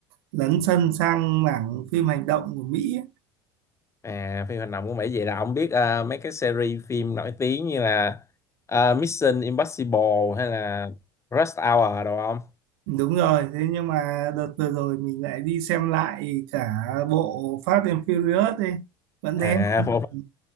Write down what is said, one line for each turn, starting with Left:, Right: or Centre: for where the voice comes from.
Right: lấn sân sang mảng phim hành động của Mỹ. ấy.
Left: à phim hành động cũng vậy vậy là ông biết ờ, mấy cái series phim nổi tiếng như là ờ, Mission Impossible hay là Rush Hour đồ không
Right: Đúng rồi, thế nhưng mà đợt vừa rồi mình lại đi xem lại cả bộ Fast and Furious đi. Vẫn
Left: à
Right: thế. Ừ.